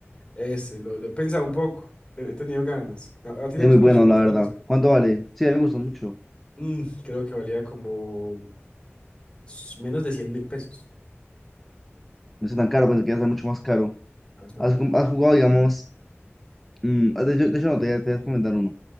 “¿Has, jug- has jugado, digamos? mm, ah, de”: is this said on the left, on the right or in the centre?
Centre